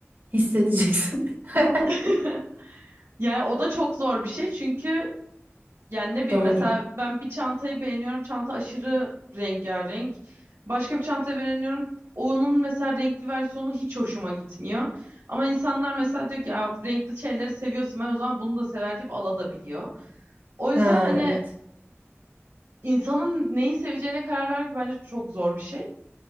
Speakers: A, on the right; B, on the right.
A: Hissedeceksin. <laughs>
B: <laughs> Yani o da çok zor bir şey çünkü Yani ne bileyim
A: Doğru.
B: mesela ben bir çantayı beğeniyorum. Çanta aşırı rengarenk. Başka bir çantayı beğeniyorum. Onun mesela renkli versiyonu hiç hoşuma gitmiyor. Ama insanlar mesela diyor ki ya renkli şeyleri seviyor Simay o zaman bunu da sever deyip alabiliyor. O yüzden
A: Ha
B: hani
A: evet.
B: insanın neyi seveceğine karar vermek bence çok zor bir şey.